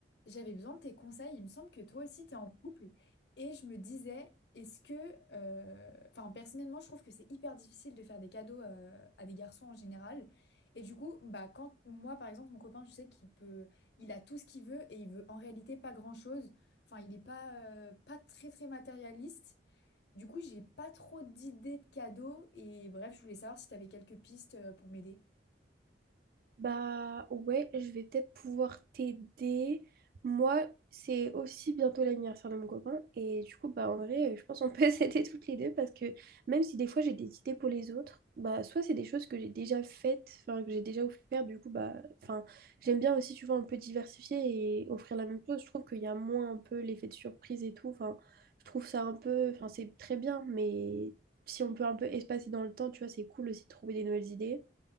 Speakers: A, on the left; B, on the right.
A: J'avais besoin de tes conseils. Il me semble que toi aussi, tu es en couple. Et je me disais, est-ce que... euh, Enfin, personnellement, je trouve que c'est hyper difficile de faire des cadeaux euh, à des garçons en général. Et du coup, bah, quand moi, par exemple, mon copain, je sais qu'il peut... Il a tout ce qu'il veut et il veut en réalité pas grand-chose. Enfin, il n'est pas, euh, pas très, très matérialiste. Du coup, j'ai pas trop d'idées de cadeaux. Et bref, je voulais savoir si tu avais quelques pistes euh, pour m'aider.
B: Bah ouais, je vais peut-être pouvoir t'aider. Moi, c'est aussi bientôt l'anniversaire de mon copain. Et du coup, bah en vrai, je pense qu'on peut <laughs> s'aider toutes les deux parce que même si des fois j'ai des idées pour les autres, bah soit c'est des choses que j'ai déjà faites, enfin que j'ai déjà offert, du coup, bah, enfin, j'aime bien aussi, tu vois, un peu diversifier et offrir la même chose. Je trouve qu'il y a moins un peu l'effet de surprise et tout. Enfin, je trouve ça un peu, enfin, c'est très bien, mais si on peut un peu espacer dans le temps, tu vois, c'est cool aussi de trouver des nouvelles idées.